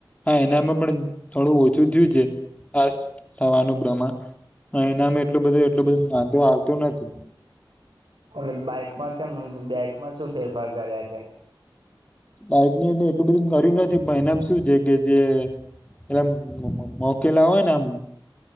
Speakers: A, on the left; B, on the right.
A: હા એનામા પણ થોડુ ઓછુ થીયું છે આસ થવાનુ પ્રમાણ. હ એનામા એટલુ બધુ એટલુ બધું વાંધો આવતુ નથી.
B: એટ બાઈકમા કેમ બાઈકમા શું ફેરફાર કર્યા છે?
A: બાઈક ની અંદર એટલુ બધું કર્યું નથી પણ એનામ શું છે કે જે એલેમ મોકેલા હોયને આમ